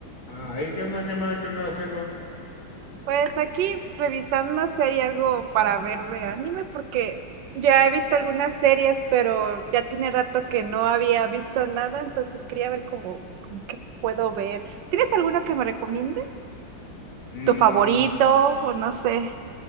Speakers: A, on the left; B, on the right.
A: Ah, ahí, ¿qué onda, Gemma? ¿Qué andas haciendo?
B: Pues aquí revisando si hay algo para ver de anime, porque ya he visto algunas series, pero ya tiene rato que no había visto nada, entonces quería ver cómo, cómo qué puedo ver. ¿Tienes alguno que me recomiendes?
A: Mm,
B: ¿Tu favorito? O no sé.